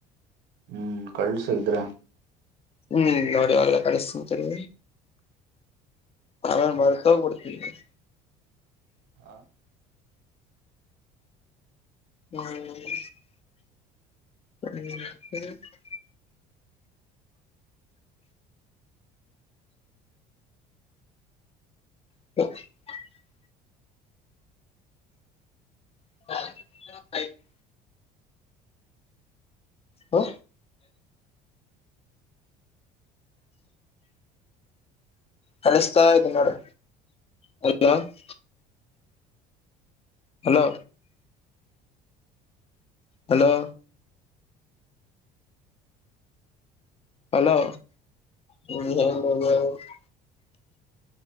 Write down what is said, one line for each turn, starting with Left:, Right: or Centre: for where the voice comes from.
Right: ಹ್ಮ್ ಕಳ್ಸ ಇದ್ರೆ.
Left: ಹ್ಮ್ ನೋಡ ಇವಾಗ ಕಳಸ್ತೀನಿ ಸರಿ. ಆಮೇಲ್ ಮರ್ತ್ಹೋಗ್ಬಿಡ್ತೀನಿ.
Right: ಹಾ
Left: ಹ್ಮ್ ಹ್ಮ್ <unintelligible> <inaudible> <unintelligible> ಹಾ ಕಳಸ್ತ ಇದಿನ್ ನೋಡು <unintelligible> ಹಲೋ ಹಲೋ ಹಲೋ ಹ್ಮ್ ಹೇಳ್ <unintelligible>